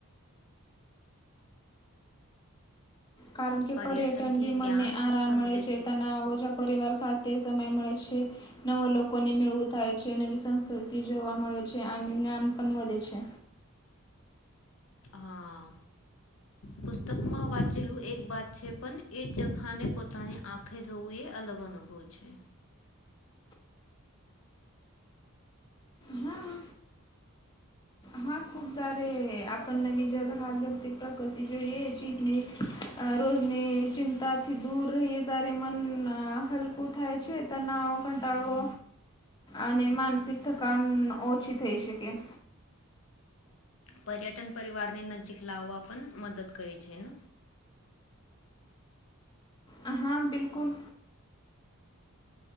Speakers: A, on the left; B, on the left.
A: કારણ કે
B: પર્યટનથી
A: પર્યટન બી મનને
B: જ્ઞાન
A: આરામ
B: પણ
A: મળે
B: વધે
A: છે તનાવો જ પરિવાર સાથે સમય મળે છે. નવા લોકોની મેળવું થાય છે નવી સંસ્કૃતિ જોવા મળે છે અને જ્ઞાન પણ વધે છે.
B: હા પુસ્તકમાં વાંચેલું એક વાત છે. પણ એ જગાહ ને પોતાની આંખે જોવું એ અલગ અનુભવ છે.
A: હા હા ખુબ જયારે આ પણ નવી જગા હા જગતિ પ્રકૃતિ જોઈ ચીતની રોજની ચિંતા થી દૂર રહીએ તારે મન હલકું થાય છે તનાવ કાંટાળો અને માનસિક થકાન ઓછી થઈ શકે
B: પર્યટન પરિવારની નજીક લાવવા પણ મદદ કરે છે ને
A: હા બિલકુલ